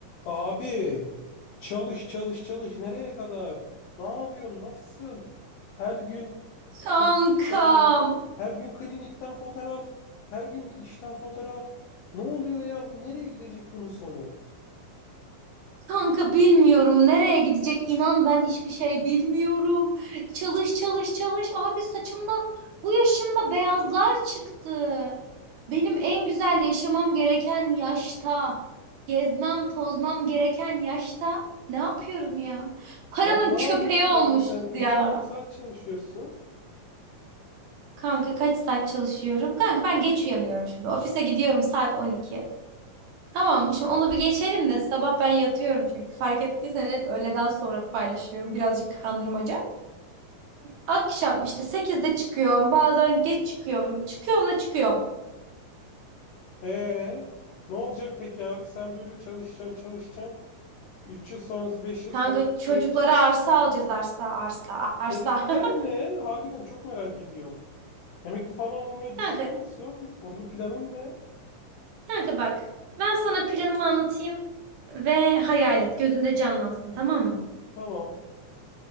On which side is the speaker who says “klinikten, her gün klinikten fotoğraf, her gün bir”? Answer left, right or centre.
Left